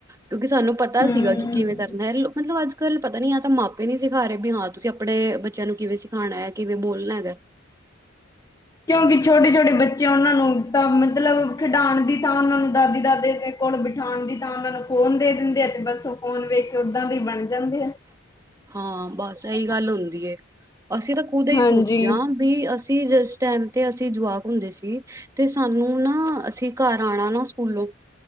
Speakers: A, on the right (about 15°); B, on the left (about 20°).
A: ਕਿਉਂਕਿ ਸਾਨੂ ਪਤਾ
B: ਹੂੰ
A: ਸੀਗਾ ਕਿ ਕਿਵੇਂ ਕਰਨੈ ਮਤਲਬ ਅਜ ਕਲ ਪਤਾ ਨੀ ਯਾ ਤਾਂ ਮਾਪੇ ਨੀ ਸਿਖਾਰੇ ਬੀ ਹਾਂ ਤੂਸੀ ਅਪਣੇ, ਬੱਚੇਆਂ ਨੂ ਕਿਵੇਂ ਸਿ ਖਾਣੈ, ਕਿਵੇਂ ਬੋਲਨਾ ਹੈਗਾ?
B: ਕਿਉਂਕਿ ਛੋਟੇ ਛੋਟੇ ਬੱਚੇ ਓਨਾਂ ਨੂ ਤਾਂ ਮਤਲਬ ਖਡਾਣ ਦੀ ਥਾਂ ਓਨਾਂ ਨੂ ਦਾਦੀ ਦਾਦੇ ਤੇ ਕੋਲ ਬਿਠਾਨ ਦੀ ਥਾਂ ਓਨਾ ਨੂ ਫੋਨ ਦੇ ਦਿੰਦੈ ਤੇ ਬਸ ਓ ਫ਼ੋਨ ਵੇਖ ਕੇ ਓਦਾਂ ਦੇ ਈ ਬਣ ਜਾਂਦੈ ਹੈ।
A: ਹਾਂ ਬਸ ਇਹੀ ਗੱਲ ਹੁੰਦੀ ਏ ਅਸੀਂ ਤਾਂ ਖੁਦ ਏਹਿ
B: ਹਾਂਜੀ।
A: ਸੋਚਦੇ ਹਾਂ ਵੀ ਅਸੀਂ ਜਿਸ ਟਾਈਮ ਤੇ ਅਸੀਂ ਜਵਾਕ ਹੁੰਦੇ ਸੀ, ਤੇ ਸਾਨੂ ਨਾ, ਅਸੀ ਘਾਰ ਆਣਾ ਨਾ ਸੂਕੂਲੋਂ